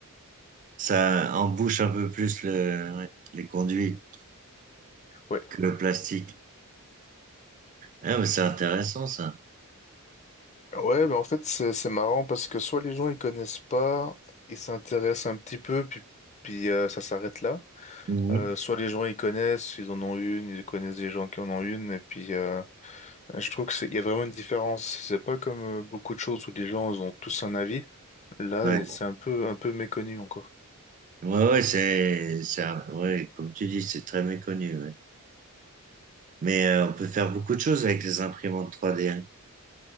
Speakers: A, on the right; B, on the left.
A: ça embouche un peu plus le, ouais, les conduits
B: Ouais.
A: que le plastique. Ah, mais c'est intéressant, ça.
B: Ouais, mais en fait, c'est c'est marrant parce que soit les gens ils connaissent pas, ils s'intéressent un petit peu, puis, puis euh, ça s'arrête là.
A: Mhm.
B: Euh, soit les gens ils connaissent, ils en ont une, ils connaissent des gens qui en ont une, et puis euh, je trouve que c'est, il y a vraiment une différence. C'est pas comme euh, beaucoup de choses où les gens ils ont tous un avis. Là,
A: Ouais,
B: et c'est un peu un peu méconnu encore.
A: ouais, ouais, c'est, c'est, un- ouais, comme tu dis, c'est très méconnu. ouais. Mais euh, on peut faire beaucoup de choses avec les imprimantes 3D. hein.